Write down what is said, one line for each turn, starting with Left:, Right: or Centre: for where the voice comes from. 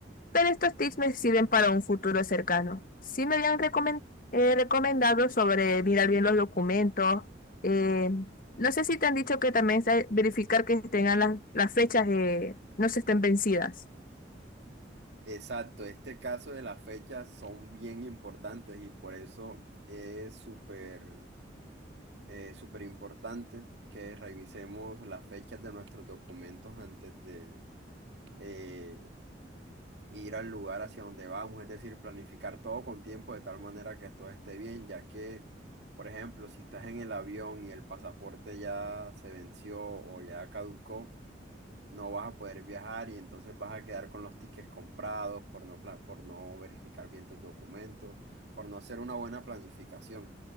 Left: Pero estos tips me sirven para un futuro cercano. Sí me habían recomen- eh, recomendado sobre mirar bien los documentos. eh, no sé si te han dicho que también se- verificar que tengan las, las fechas, eh, no se estén vencidas.
Right: Exacto, este caso de las fechas son bien importantes y por eso es súper... eh, súper importante que revisemos las fechas de nuestros documentos antes de eh, ir al lugar hacia donde vamos, es decir, planificar todo con tiempo de tal manera que todo esté bien, ya que, por ejemplo, si estás en el avión y el pasaporte ya se venció o ya caducó, no vas a poder viajar y entonces vas a quedar con los tickets comprados por no, pla- por no verificar bien tus documentos, por no hacer una buena planificación.